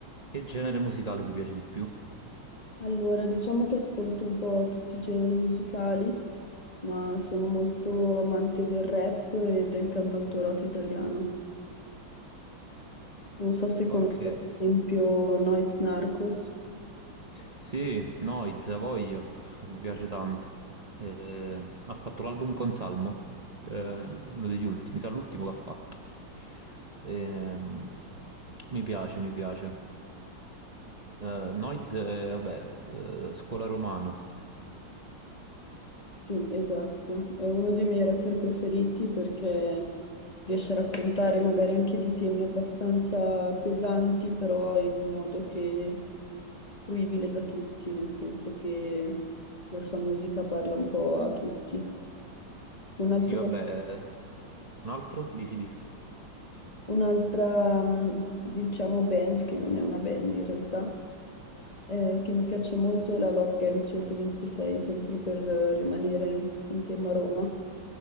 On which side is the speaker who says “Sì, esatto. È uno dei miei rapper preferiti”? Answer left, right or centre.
Left